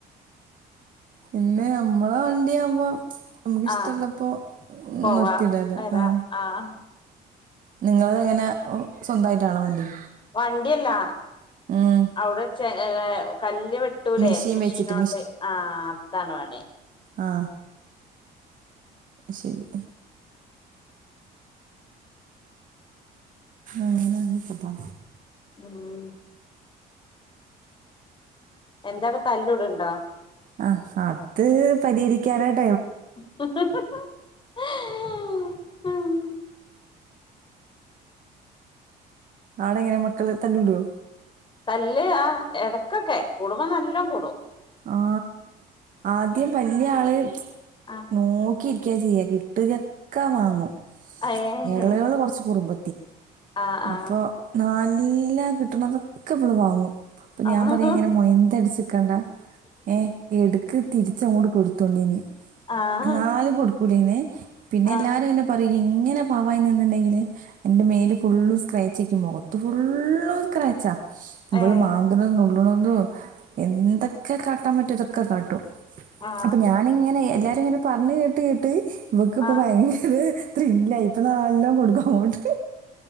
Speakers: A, on the right; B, on the left.
A: പിന്നെ നമ്മളെ വണ്ടിയ ആകുമ്പോ നമുക്ക്ഷ്ടമുള്ളപ്പോ
B: ആഹ് പോവാ
A: നിർത്തില്ല അല്ലെ
B: വരാ
A: ആ
B: ആഹ്
A: നിങ്ങളത് എങ്ങനെ സ്വന്തമായിട്ടാണോ വണ്ടി
B: വണ്ടിയല്ലാ
A: ഉം
B: അവിടെഏ കല് വട്ടൂലേ
A: മിഷീൻ
B: മെഷീനോണ്ട്
A: വെച്ചിട്ട്
B: ആ അതാണ വേണേ
A: ആ ശരി അങ്ങനെ പ
B: ഉം എന്താവി തല്ലടണ്ടോ
A: ആ അത് പരിഹരിക്കാനായിട്ട്
B: ആ
A: നടെ എങ്ങനെ മക്കൾ തല്ലൂടവോ
B: തല്ല് ആ ഇടക്കൊക്കെ കൂടുമ്പോ നല്ലും കൂടും
A: ആ ആദ്യം വല്ിയ ആള്
B: ആഹ്
A: നോക്കി ചെയ്യ കിട്ടുകക്കെ വാങ്ങും
B: ഏഹ്
A: ഇളകള് കൊറച്ച് കുറ്പ
B: ആഹ്
A: അപ്പൊ നല്ല കിട്ടണതൊക്കെ ഇള് വാങ്ങും അപ്പൊ
B: ആഹ്
A: ഞാൻ പറയാ ഇങ്ങനെ മൊയന്ത അടിച്ചക്കണ്ട ഏഏ എക്ക് തിരിച്ച അങ്ങോട്ട് കൊടുത്തോണ്ടിന്ന്
B: ആഹ് ആഹ്
A: നാലും കൊടുക്കൂലന്നേ പിന്നെ
B: ആഹ്
A: എല്ലാരുംങ്ങെ പറയുകയും എങ്ങനെ പാാവായി നിന്നിണ്ടെങ്കില് എന്റെ മേല് ഫുുള്ളും സ്ക്രാച്ചക്കും മുഖത്ത് ഫുുള്ളും സ്ക്രാച്ചാ ഇള്
B: ഏഹ്
A: മാന്ത നുള്ളത എന്തൊക്കെ കാട്ടാൻ പറ്റും ഇതൊക്കെ കാട്ടും
B: ആഹ്
A: അപ്പൊ ഞാാനിങ്ങനെ എല്ലാരും ഇങ്ങനെ പറഞ്ഞു കേട്ട് കേട്ട് ഇവക്ക ഇപ്പ
B: ആഹ്
A: ഭയങ്കര ഇത്ര ഇല്ല ഇപ്പൊ നല്ലാം കൊടുക്കും അങ്ങോട്ട്